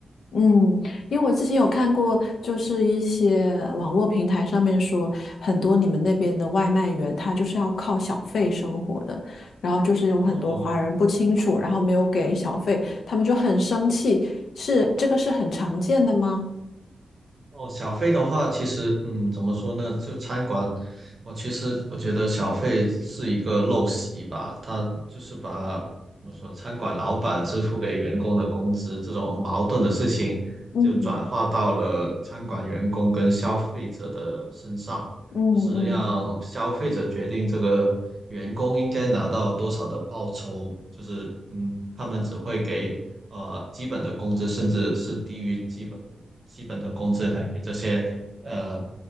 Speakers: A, on the left; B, on the right.
A: 嗯，因为我之前有看过，就是一些网络平台上面说，很多你们那边的外卖员他就是要靠小费生活的，然后就是有很多华人不清楚，
B: 哦
A: 然后没有给小费，他们就很生气。是，这个是很常见的吗？
B: 哦，小费的话，其实嗯，怎么说呢？就餐馆，我其实我觉得小费是一个陋习吧，他就是把怎么说，餐馆老板支付给员工的工资这种矛盾的事情，
A: 嗯
B: 就转化到了餐馆员工跟消费者的身上，
A: 嗯嗯，
B: 就是让消费者决定这个员工应该拿到多少的报酬，就是嗯，他们只会给。呃基本的工资，甚至是低于基本基本的工资来给这些呃